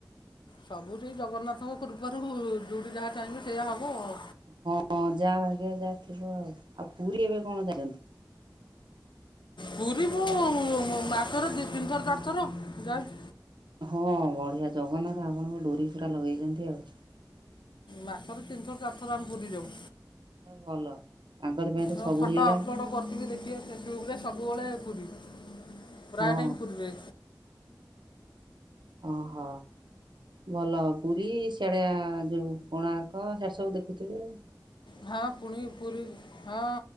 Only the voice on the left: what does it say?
ସବୁ ସେଇ ଜଗନ୍ନାଥଙ୍କ କୃପାରୁ ଯୋଉଠି ଯାହା ଚାହିଁବେ ସେଇଆ ହବ ଆଉ।
ପୁରୀ ମୁଁ ମାସରେ ଦି ତିନି ଥର ଚାରିଥର ଯାଏ।
ମାସରେ ତିନିଥର ଚାରିଥର ଆମେ ପୁରୀ ଯାଉ।
ଆଉ
ଫଟୋ
ଅପଲୋଡ଼ କରିଥିବି ଦେଖିବେ ଫେସବୁକ୍ ରେ ସବୁବେଳେ ପୁରୀ ପ୍ରାୟ
ଟାଇମ୍ ପୁରୀରେ।
ହଁ ପୁଣି ପୁରୀ ହଁ